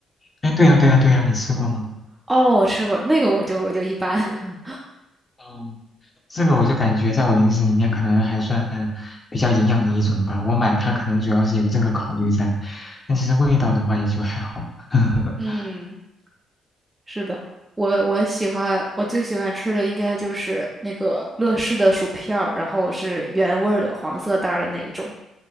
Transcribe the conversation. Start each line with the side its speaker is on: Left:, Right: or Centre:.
Left: 哎，对呀，对呀，对呀，你吃过吗？
Right: 哦，我吃过那个，我就我就一般。<laughs>
Left: 嗯，这个我就感觉在我零食里面可能还算比较营养的一种吧。我买它可能主要是有这个考虑在，但其实味道的话也就还好。<laughs>
Right: 嗯，是的，我我喜欢我最喜欢吃的应该就是那个乐事的薯片儿，然后是原味儿的黄色袋儿的那一种。